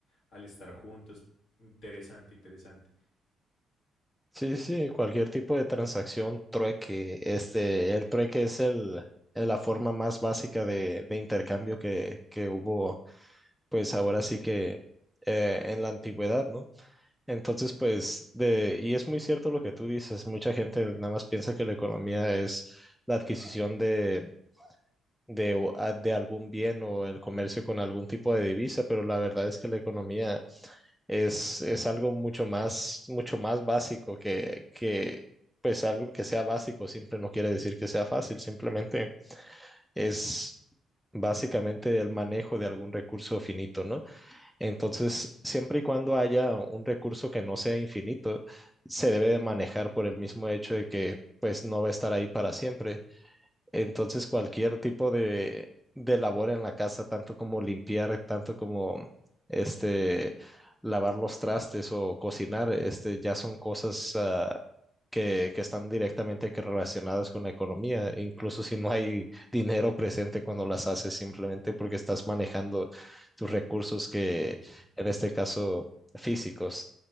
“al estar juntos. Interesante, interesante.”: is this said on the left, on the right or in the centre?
Left